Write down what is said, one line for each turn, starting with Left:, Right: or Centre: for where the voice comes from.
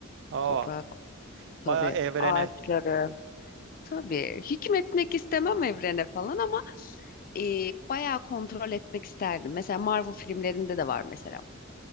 Right: Aa,
Left: toprak
Right: bayağı
Left: tabii
Right: evrene.
Left: ağaçları. Tabii hükmetmek istemem evrene falan ama e, bayağı kontrol etmek isterdim. Mesela Marvel filmlerinde de var mesela.